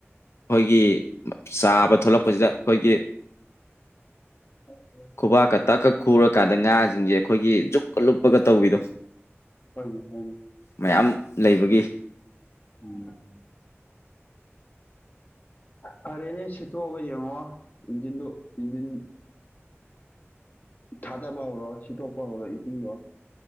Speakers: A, on the left; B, on the left.
A: ꯑꯩꯈꯣꯏꯒꯤ ꯆꯥꯕ ꯊꯣꯛꯂꯛꯄꯁꯤꯗ ꯑꯩꯈꯣꯏꯒꯤ
B: <unintelligible>
A: ꯈꯨꯕꯥꯛꯀ ꯇꯛꯀ ꯈꯨꯔ ꯀꯥꯟꯗ ꯉꯥꯁꯤꯡꯁꯦ ꯑꯩꯈꯣꯏꯒꯤ ꯖꯨꯞꯀ ꯂꯨꯞꯄꯒ ꯇꯧꯕꯤꯗꯣ
B: ꯍꯣꯏꯅꯦ ꯍꯣꯏꯅꯦ
A: ꯃꯌꯥꯝ ꯂꯩꯕꯒꯤ
B: ꯎꯝ
A: <inaudible>
B: ꯐꯔꯦꯅꯦ ꯁꯤꯠꯇꯣꯛꯑꯒ ꯌꯦꯡꯉꯣ ꯏꯟꯖꯤꯟꯗꯨ ꯏꯟꯖꯤꯟ ꯊꯥꯗꯕ ꯍꯧꯔꯣ ꯁꯤꯠꯇꯣꯛꯄ ꯍꯧꯔꯣ ꯏꯁꯤꯡꯗꯣ